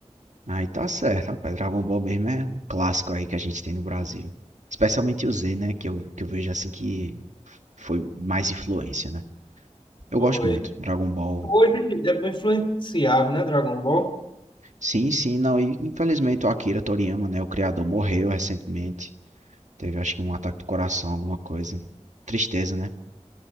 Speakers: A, on the right; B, on the left.
A: Aí tá certo, rapaz. Dragon Ball mesmo é um clássico aí que a gente tem no Brasil. Especialmente o Z, né? Que eu, que eu vejo assim que foi mais influência, né? Eu
B: Foi.
A: gosto muito. Dragon Ball.
B: Hoje é bem influenciável, né, Dragon Ball?
A: Sim, sim, não. E infelizmente o Akira Toriyama, né? O criador morreu recentemente. Teve acho que um ataque do coração, alguma coisa. Tristeza, né?